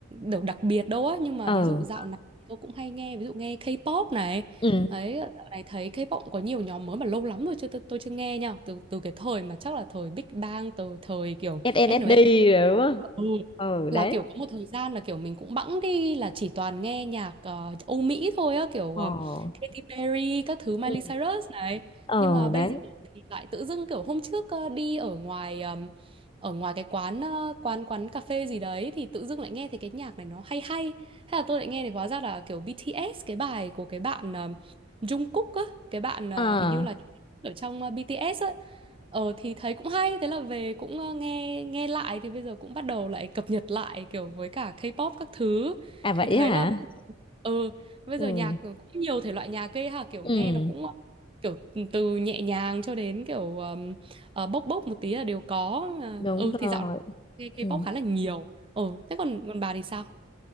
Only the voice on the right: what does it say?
đều đặc biệt đâu á nhưng mà
ví dụ dạo này thì tôi cũng hay nghe ví dụ nghe K-pop này
đấy ờ, dạo này thấy K-pop cũng có nhiều nhóm mới mà lâu lắm rồi chưa tôi, tôi chưa nghe nha từ từ cái thời mà chắc là thời Big Bang từ thời kiểu
SNSD
Ừ.
là kiểu có một thời gian là kiểu mình cũng bẵng đi là chỉ toàn nghe nhạc ờ, Âu Mỹ thôi á kiểu
ờ, Katy Perry các thứ Miley
Cyrus này
nhưng mà bây
giờ thì lại tự dưng kiểu hôm trước ờ, đi ở ngoài ờm, ở ngoài cái quán ờ, quán quán cà phê gì đấy thì tự dưng lại nghe thấy cái nhạc này nó hay hay hay là tôi lại nghe thì hóa ra là kiểu BTS cái bài của cái bạn ờm, Jungkook á cái bạn ờ,
hình như là ở trong ờ, BTS á ờ thì thấy cũng hay thế là về cũng ờ, nghe nghe lại thì bây giờ cũng bắt đầu lại cập nhật lại kiểu với cả K-pop các thứ
thì thấy
là bây giờ- ừ bây
giờ nhạc nó cũng nhiều thể loại nhạc ghê ha kiểu
nghe nó cũng kiểu ừ, từ nhẹ nhàng cho đến kiểu um, ờ, bốc bốc một tí là đều có À,
ừ thì
dạo này nghe K-pop
khá là nhiều ừ thế còn còn bà thì sao